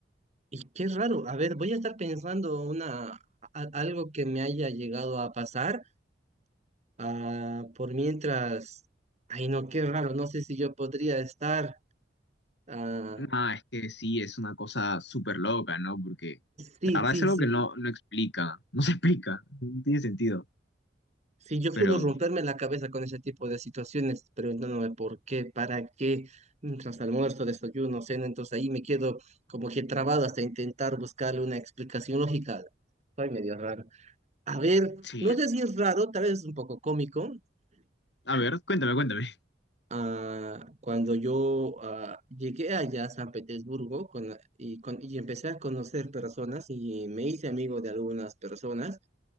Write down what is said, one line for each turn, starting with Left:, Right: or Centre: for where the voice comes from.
Right: Y qué raro. A ver, voy a estar pensando una a- algo que me haya llegado a pasar. Ah, por mientras. Ay, no, qué raro. No sé si yo podría estar. ah,
Left: Nada, es que sí, es una cosa súper loca, ¿no? Porque
Right: sí,
Left: la verdad
Right: sí,
Left: es algo
Right: sí.
Left: que no, no explica, no se explica, no tiene sentido,
Right: Sí, yo
Left: pero
Right: suelo romperme la cabeza con ese tipo de situaciones, preguntándome por qué, para qué, mientras almuerzo, desayuno, cena, entonces ahí me quedo como que trabado hasta intentar buscarle una explicación lógica. Soy medio raro. A ver,
Left: sí.
Right: no sé si es raro, tal vez es un poco cómico.
Left: A ver, cuéntame, cuéntame. <laughs>
Right: ah, cuando yo ah, llegué allá a San Petersburgo con la- y, con- y empecé a conocer personas y me hice amigo de algunas personas,